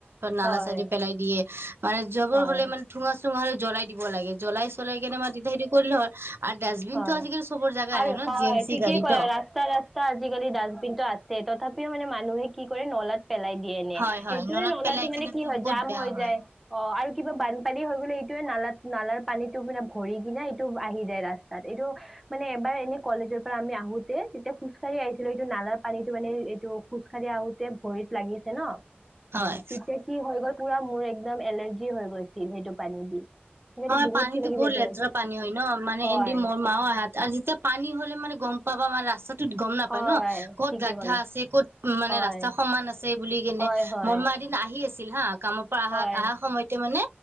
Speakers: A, on the right (about 70°); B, in the centre.
A: নালা
B: হয়
A: চাইডে পেলাই দিয়ে মানে জাবৰ
B: হয়,
A: হ'লে মানে ঠোঙা চো তোমালে জ্বলাই দিব লাগে জ্বলাই চলাই কিনে মাটিতে খেতি কৰিলো হয় আৰু ডাষ্টবিনতো
B: হয়।
A: আজিকালি চবৰ জাগা
B: আৰু
A: আহে ন
B: হয়
A: জি এম চি
B: ঠিকেই
A: গাড়ী
B: ক'লা
A: ত
B: ৰাস্তা ৰাস্তা আজিকালি ডষ্টবিনটো আছে তথাপিও মানে মানুহে কি কৰে নলাত পেলাই দিয়ে এনে,
A: হয় হয়
B: সেইটোয়ে
A: নলাত
B: নলাটো
A: পেলাই
B: মানে
A: কেনেতো
B: কি হয়
A: বহুত
B: জাম
A: বেয়া
B: হৈ
A: হয়।
B: যায় অ' আৰু কিবা বানপানী হৈ গ'লে এইটয়োৱে নালাত, নালাৰ পানীতটো পানে ভৰি কিনে এইটো আহি যায় ৰাস্তা। তাত এইটো মানে এবাৰ এনেই কলেজৰ পৰা আমি আহোতে তেতিয়া খোজকাঢ়ি আহিছিলো এইটো নালাৰ পানীটো মানে এইটো খোজ কাঢ়ি আহোতে ভৰিত লাগিছে ন।
A: হয়
B: তেতিয়া কি হৈ গ'ল পুৰা মোৰ এক একদম এলাৰ্জি হৈ গৈছিল সেইটো পানী দি। সেইকাৰণে
A: হয় পানীটো
B: কিবা কিবি
A: বহুত
B: এইটো
A: লেতেৰা পানী হয় ন। মানে
B: হয়
A: এ ম মা আহাত আৰু যেতিয়া পানী হ'লে মানে গম পাবা মানে ৰাস্তাত ত গম নাপায়
B: হয়,
A: ন ক'ত
B: ঠিকে
A: গাধ্ধা
B: ক'লা।
A: আছে ক'ত মানে
B: হয়,
A: ৰাস্তা সমান আছে বুলি কেনে
B: হয়, হয়,
A: মনমা এদিন আহি আছে ছিল হা কামৰ পৰা
B: হয়,
A: অহা অহা সময়তে মানে